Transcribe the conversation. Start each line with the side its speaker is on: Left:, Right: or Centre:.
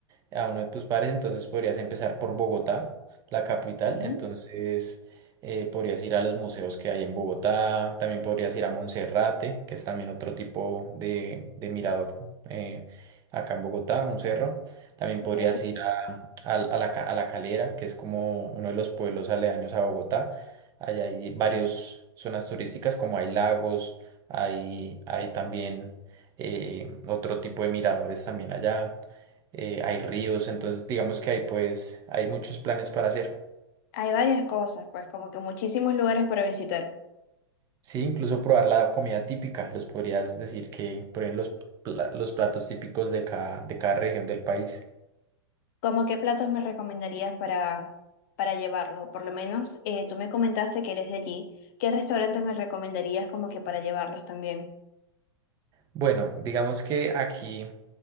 Right: a uno de tus pares, entonces podrías empezar por Bogotá, la capital,
Left: ¿sí?
Right: Mm. entonces eh, podrías ir a los museos que hay en Bogotá, también podrías ir a Monserrate, que es también otro tipo de, de mirador eh, acá en Bogotá, un cerro, también podrías
Left: ok,
Right: ir a, a- a la, Ca- a La Calera, que es como uno de los pueblos aledaños a Bogotá, allá hay varias zonas turísticas como hay lagos, hay, hay también... eh, otro tipo de miradores también allá eh, hay ríos, entonces digamos que hay pues hay muchos planes para hacer.
Left: Hay varias cosas, pues como que muchísimos lugares para visitar.
Right: Sí, incluso probar la comida típica, les podrías decir que prueben los, pla- los platos típicos de cada, de cada región del país.
Left: ¿Cómo qué platos me recomendarías para, para llevarlos? O por lo menos eh, tú me comentaste que eres de allí. ¿Qué restaurantes me recomendarías como que para llevarlos también?
Right: Bueno, digamos que aquí,